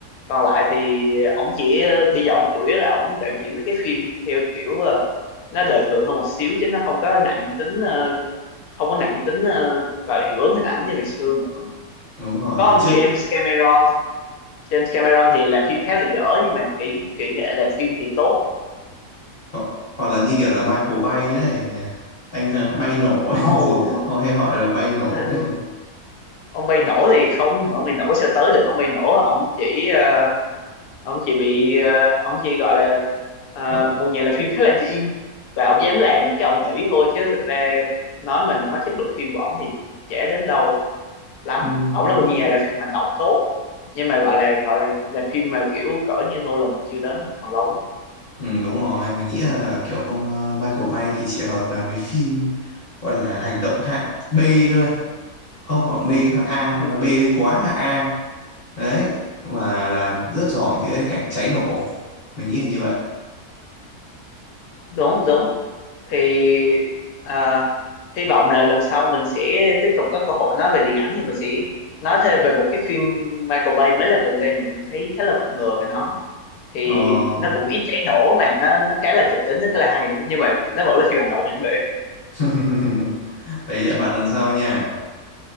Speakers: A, on the left (about 75°); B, on the left (about 40°).
A: còn lại thì ông chỉ ờ, bây giờ ông chủ yếu là ông đạo diễn mấy cái phim theo kiểu ờ, nó đời thường hơn một xíu chứ nó không có nặng tính ờ, không có nặng tính ờ, gọi là hiệu ứng hình ảnh như ngày xưa nữa
B: đúng rồi.
A: có ông
B: Trước
A: James Cameron James Cameron thì làm phim khá là dở nhưng mà kỹ kỹ nghệ làm phim thì tốt
B: ho- hoặc là như kiểu là Michael Bay đấy nhỉ. Anh ờ, bay nổ ấy,
A: oh,
B: <laughs> chứ họ hay gọi là bay nổ
A: anh
B: đấy.
A: ông bay nổ thì không ông bay nổ sẽ tới được ông bay nổ ông chỉ ờ, ông chỉ bị ờ, ông chỉ gọi là ờ,
B: Gọi-
A: một nhà làm phim khá là điên và ông dám làm những cái ông nghĩ thôi chứ thực ra nói mà nói chất lượng phim của ông thì trẻ đến đâu lắm
B: Ừ,
A: ổng là một nhà
B: đúng.
A: làm phim hành động tốt nhưng mà gọi là gọi là là phim mà kiểu cỡ như Nolan thì chưa đến còn lâu lắm.
B: Ừ, đúng rồi, mình nghĩ là kiểu ông ờ, Michael Bay thì chỉ hợp làm mấy phim gọi là hành động hạng B thôi. Không hạng B, hạng A,
A: ừ,
B: nói B hơi quá hạng A. Đấy, và làm rất giỏi những cái cảnh cháy nổ. Mình nghĩ là như vậy.
A: đúng đúng thì à, hy vọng là lần sau mình sẽ tiếp tục có cơ hội nói về điện ảnh thì mình sẽ nói thêm về một cái phim Michael Bay mới làm gần đây mình thấy khá là bất ngờ về nó thì
B: Ờ.
A: nó cũng ít cháy nổ mà nó nó khá là kịch tính nó khá là hay nữa nhưng mà nó vẫn là phim hành động hạng B
B: <laughs> Vậy hẹn bạn lần sau nha.